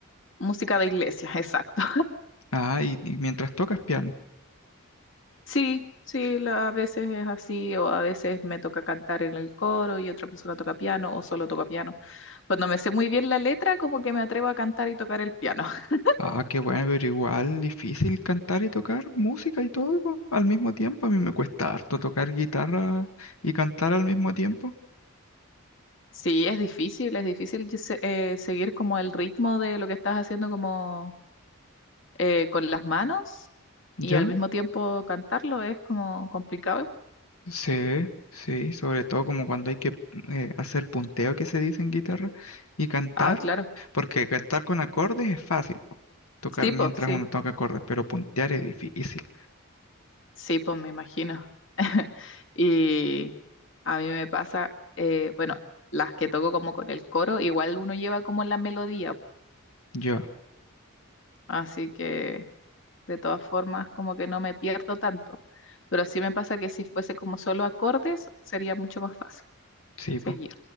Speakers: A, on the left; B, on the left.
A: Música de iglesia, <laughs> exacto.
B: Ah, y, y mientras tocas piano.
A: Sí, sí, la- a veces es así, o a veces me toca cantar en el coro y otra persona toca piano, o solo toca piano. Cuando me sé muy bien la letra, como que me atrevo a cantar y tocar el piano. <laughs>
B: Ah, qué bueno, pero igual difícil cantar y tocar música y todo, po, al mismo tiempo. A mí me cuesta harto tocar guitarra y cantar al mismo tiempo.
A: Sí, es difícil, es difícil que se- eh, seguir como el ritmo de lo que estás haciendo como eh, con las manos
B: ¿Ya?
A: y al mismo tiempo cantarlo es como complicado.
B: Sí, sí, sobre todo como cuando hay que eh, hacer punteo que se dice en guitarra y cantar,
A: Ah, claro.
B: porque cantar con acordes es fácil, po, tocar
A: Sí,
B: mientras
A: pues, sí.
B: uno toca acordes, pero puntear es difícil.
A: Sí, pues me imagino. <laughs> Y a mí me pasa, eh, bueno, las que toco como con el coro, igual uno lleva como la melodía,
B: Yo,
A: así que de todas formas como que no me pierdo tanto. Pero sí me pasa que si fuese como solo acordes, sería mucho más fácil
B: sí,
A: seguir.
B: po,